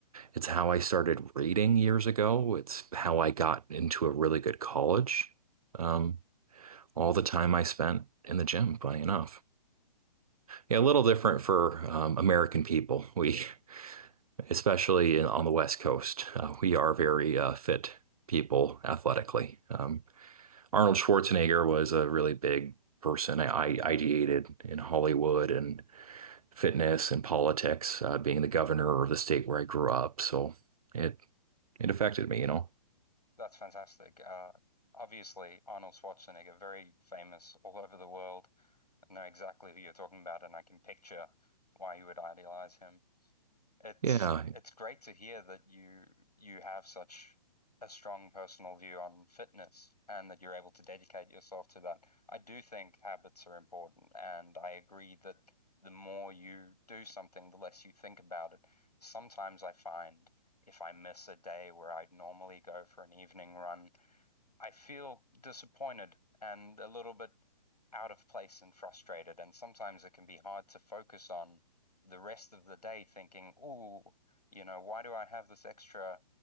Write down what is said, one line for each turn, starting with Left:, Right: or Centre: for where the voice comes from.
Right: It's how I started reading years ago. It's how I got into a really good college. Um, all the time I spent in the gym, funny enough. Yeah, a little different for um, American people. We, especially in, on the West Coast, uh, we are very uh, fit people athletically. Um, Arnold Schwarzenegger was a really big person. I, I ideated in Hollywood and fitness and politics, uh, being the governor of the state where I grew up. So it it affected me, you know.
Left: That's fantastic. Uh, obviously, Arnold Schwarzenegger, very famous all over the world. I know exactly who you're talking about, and I can picture why you would idealize him. It's
Right: Yeah,
Left: it's great to hear that you you have such a strong personal view on fitness and that you're able to dedicate yourself to that. I do think habits are important, and I agree that the more you do something, the less you think about it. Sometimes I find if I miss a day where I'd normally go for an evening run, I feel disappointed and a little bit out of place and frustrated. And sometimes it can be hard to focus on the rest of the day thinking, oh, you know, why do I have this extra